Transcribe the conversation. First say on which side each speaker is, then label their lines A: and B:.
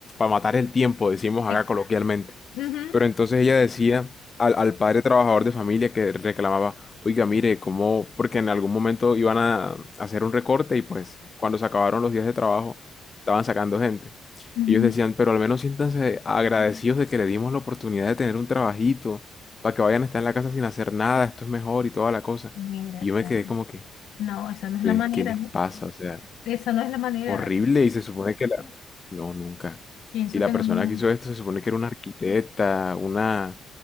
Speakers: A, on the left (about 30°); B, on the left (about 75°).
A: matar el tiempo, decimos acá
B: Eh,
A: coloquialmente.
B: ujú,
A: Pero entonces ella decía al, al padre trabajador de familia que reclamaba, oiga, mire, cómo, porque en algún momento iban a hacer un recorte y pues cuando se acabaron los días de trabajo estaban sacando gente.
B: ujú.
A: Ellos decían, pero al menos siéntanse agradecidos de que le dimos la oportunidad de tener un trabajito, para que vayan a estar en la casa sin hacer nada, esto es mejor y toda la cosa.
B: Mira
A: Y
B: acá.
A: yo me quedé como que,
B: No, esa no es
A: "¿Ustedes
B: la manera,
A: ¿qué les
B: ¿no?
A: pasa? O sea,
B: Esa no es la manera.
A: Horrible, y se supone que la... No, nunca.
B: Pienso
A: Y la
B: que no.
A: persona
B: no, no.
A: que hizo esto se supone que era una arquitecta, una,